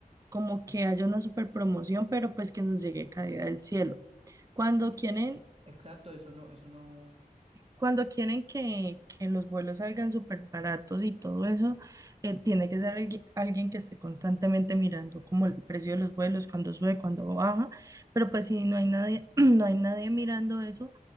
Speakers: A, on the right; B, on the right.
A: como que haya una super promoción, pero pues que nos llegue caída del cielo. Cuando quieren,
B: Exacto, eso no, eso no.
A: cuando quieren que, que los vuelos salgan súper baratos y todo eso, eh, tiene que ser algui- alguien que esté constantemente mirando como el precio de los vuelos, cuando sube, cuando baja, pero pues si no hay nadie, <clears throat> no hay nadie mirando eso,